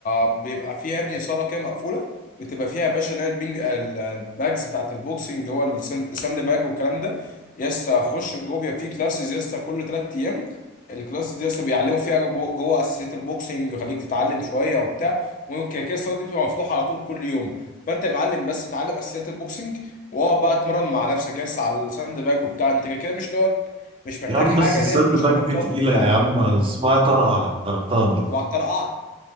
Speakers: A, on the left (about 40°); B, on the right (about 30°).
A: بيبقى فيها يا ابني صاله كده مقفوله بتبقى فيها يا باشا اللي هي البنج ال- الباجز بتاعت البوكسنج اللي هو الساند الساند باج والكلام ده يسا خش جوه بيبقى فيه كلاسز يسا كل تلات ايام الكلاسز دي يسا بيعلموا فيها جو- جوه اساسيات البوكسنج يخليك تتعلم شويه وبتاع وكده كده الصاله دي بتبقى مفتوحه على طول كل يوم فانت يا معلم بس اتعلم اساسيات البوكسنج واقعد بقى اتمرن مع نفسك يس على الساند باج وبتاع انت كده كده مش اللي هو مش محتاج
B: يا عم
A: حاجه
B: بس الساند
A: اللي هي تخش
B: باك
A: ماتشات
B: دي تقيله
A: وبتاع
B: يا عم اسمها طرقه لما طرقتها ده
A: وعلى الطرقعه